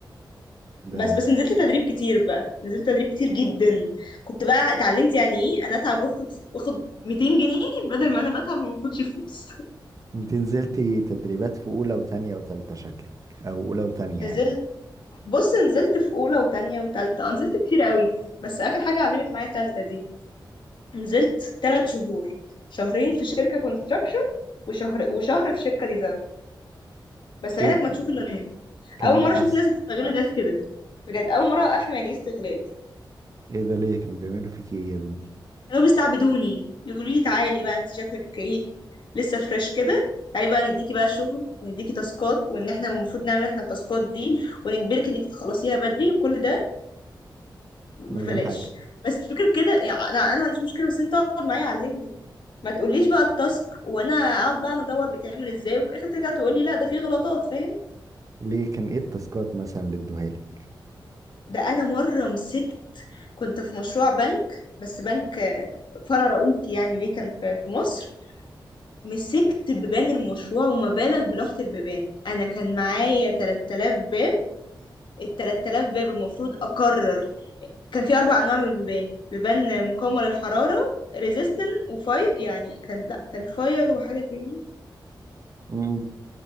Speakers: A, on the right; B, on the left.
A: <laughs> ده
B: بس بس نزلت تدريب كتير بقى نزلت تدريب كتير جدا كنت بقى اتعلمت يعني ايه انا اتعب واخد واخد 200 جنيه بدل ما انا بتعب وما باخدش فلوس <laughs>
A: انت نزلتي تدريبات في اولى وتانية وتالتة شكلك او اولى وتانية
B: نزلت
A: يعني
B: بص نزلت في اولى وتانية وتالتة اه نزلت كتير قوي بس اخر حاجه علمت معايا تالتة دي نزلت تلات شهور شهرين في شركه كونستراكشن وشهر وشهر في شركه ديزاين بس عينك
A: ايه
B: ما تشوف الا النور
A: كان
B: اول
A: مين
B: مره اشوف
A: احسن
B: ناس بتستغل ناس كده بجد اول مره افهم يعني ايه استغلال
A: ايه ده ليه كانوا بيعملوا فيكي ايه يا بنتي
B: كانوا بيستعبدوني يقولوا لي تعالي بقى انت شكلك ايه لسه فريش كده تعالي بقى نديكي بقى شغل ونديكي تاسكات وان احنا المفروض نعمل احنا التاسكات دي ونجبرك انك تخلصيها بدري وكل ده ببلاش
A: من غير حاجة
B: بس مش فكره كده يعني انا انا ما عنديش مشكله بس انت اقعد معايا علمني ما تقوليش بقى التاسك وانا اقعد بقى انا ادور بيتعمل ازاي وفي الاخر ترجع تقولي لا ده فيه غلطات فاهم
A: ليه كان ايه التاسكات مثلا اللي ادوها لك
B: ده انا مره مسكت كنت في مشروع بنك بس بنك آه، فرع رئيسي يعني ليه كان في في مصر مسكت بيبان المشروع وما بالك بلوحة البيبان انا كان معايا 3000 باب ال 3000 باب المفروض اقرر كان في اربع انواع من البيبان بيبان مقاومه للحراره ريزيستن وفاير يعني كان لا كان فاير وحاجه تاني
A: مم.